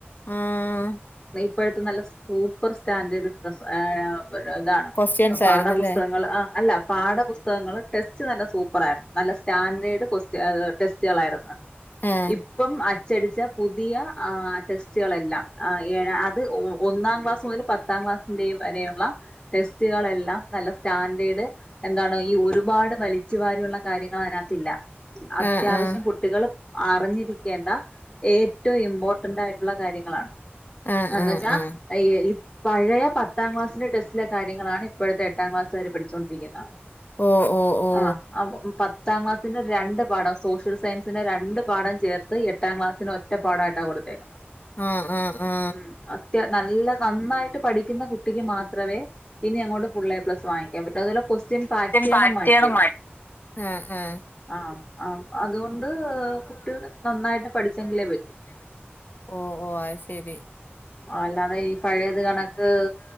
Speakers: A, on the left; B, on the left.
A: ആഹ്
B: ഇപ്പോഴത്തെ നല്ല സൂപ്പർ സ്റ്റാൻഡേർഡ് ഡ്രസ്സ് ആയാം പ്പഴും അതാണ്
A: ക്വസ്റ്റ്യൻസ്
B: പാഠപുസ്തകങ്ങൾ
A: ആയിരുന്നല്ലേ
B: ആഹ് അല്ല പാഠപുസ്തകങ്ങള് ടെസ് സ് നല്ല സൂപ്പറായിരുന്നു നല്ല സ്റ്റാൻഡേർഡ് കൊ അതെ ടെസ്റ്റുകളായിരുന്ന
A: ആ
B: ഇപ്പം അ അച്ചടിച്ച പുതിയ ആ ടെസ്റ്റുകളെല്ല ഏഴ അത് ഒന്നാം ക്ലാസ് മുതൽ പത്താം ക്ലാസ്സിന്റെ വരെയുള്ള ടെസ്റ്റുകളെല്ലാം നല്ല സ്റ്റാൻഡേർഡ് എന്താണ് ഈ ഒരുപാട് വലിച്ചു വാരിയുള്ള കാര്യങ്ങൾ അതിനകത്തില്ല അത്യാവശ്യം
A: ആ ആ
B: കുട്ടികള്- അറിഞ്ഞിരിക്കേണ്ട ഏറ്റവും ഇമ്പോർട്ടന്റ് ആയിട്ടുള്ള കാര്യങ്ങളാണ്
A: ആ
B: എന്ന്
A: ആ
B: വെച്ചാ
A: ആ
B: ഈ പഴയ പത്താം ക്ലാസ് ന്റെടെസ്റ്റിലെ കാര്യങ്ങളാണ് ഇപ്പോഴത്തെ എട്ടാം ക്ലാസാര് പഠിച്ചുകൊ പടിച്ചോണ്ടിരിക്കുന്നെ
A: ഓ ഓ ഓ
B: ആഹ് അപ്പൊ പത്താം ക്ലാസ്സിന്റെ രണ്ട് സോഷ്യൽ സയൻസിന്റെ രണ്ട് പാഠം ചേർത്ത് എട്ടാം ക്ലാസ്സിന് ഒറ്റ പാഠായിട്ടാ കൊടുത്തേക്കുന്നത്
A: ആ ആ ആ
B: ഉം അത്യാ നല്ല നന്നായിട്ട് പഠിക്കുന്ന കു കുട്ടിക്ക് മാത്രവേ ഇനി അങ്ങോട്ട് ഫുൾള്ളേ പ്ലസ് വാങ്ങിക്കാൻ പറ്റു അതു കൊസ്റ്റ്യൻ പാറ്റേണും
A: പാർട്ടിയാണ്
B: മാറ്റിയല്ലോ
A: മാ ആ ആ
B: ആഹ് ആ അതുകൊണ്ട് കുട്ടികൾ നന്നായിട്ട് പഠിച്ചെങ്കിലേ പറ്റൂ
A: ഓ ഓ അത് ശരി
B: അല്ലാതെ ഈ പഴയത് കണക്ക്